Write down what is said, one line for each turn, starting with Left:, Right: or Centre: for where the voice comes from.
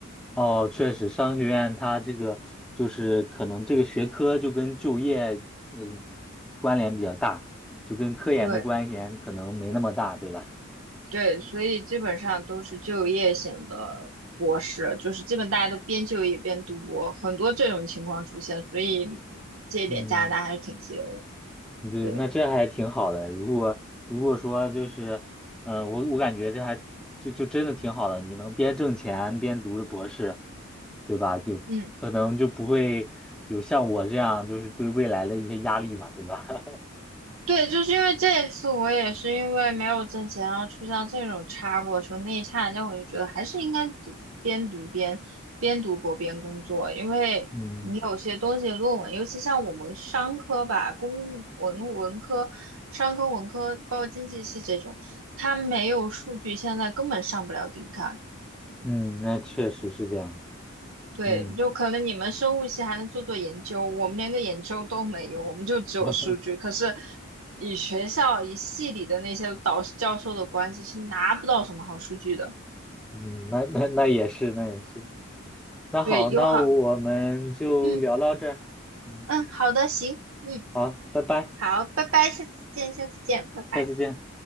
Centre: 哦，确实，商学院它这个就是可能这个学科就跟就业呃关联比较大，就跟科研的关联可能没那么大，
Right: 对
Centre: 对吧？
Right: 对，所以基本上都是就业型的博士，就是基本大家都边就业边读博，很多这种情况出现，所以嗯这一点加拿大还是挺自由的，
Centre: 嗯，对，
Right: 对，
Centre: 那这还挺好的。如果如果说就是，嗯、我我感觉这还就就真的挺好的，你能边挣钱边读着博士，对吧？就可能就不会有像我这样就是对未来的一些压力嘛，
Right: 嗯。
Centre: 对吧？<laughs>
Right: 对，就是因为这一次我也是因为没有挣钱，然后出现这种差过的时候那一刹那我就觉得还是应该读边读边边读博边工作，因为你有些东西论文，
Centre: 嗯
Right: 尤其像我们商科吧，公文文科、商科文科，包括经济系这种，它没有数据，现在根本上不了顶刊。
Centre: 嗯，那确实是这样。
Right: 对，
Centre: 嗯。
Right: 就可能你们生物系还能做做研究，我们连个研究都没有，我们就只有数据。
Centre: <laughs>
Right: 可是以学校以系里的那些导师教授的关系是拿不到什么好数据的。
Centre: 嗯，那那那也是，那也是。那好，
Right: 对，友好，
Centre: 那我们就聊到这儿。
Right: 嗯
Centre: 嗯，
Right: 嗯，好的，行，嗯，
Centre: 好，拜拜，
Right: 好，拜拜，下次见，下次见，拜拜。
Centre: 下次见。